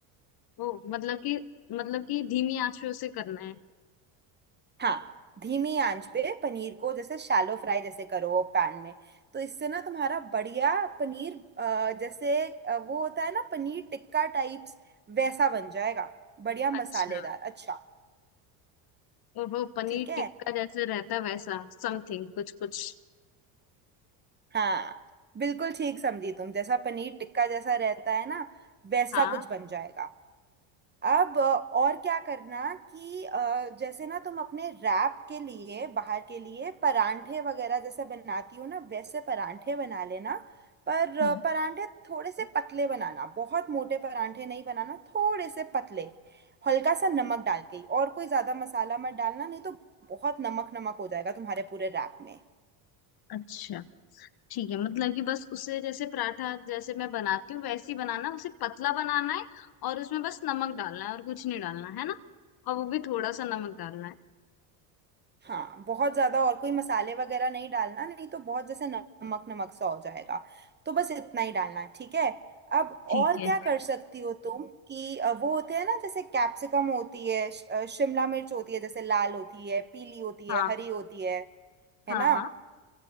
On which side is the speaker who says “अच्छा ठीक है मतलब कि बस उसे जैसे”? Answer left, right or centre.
Left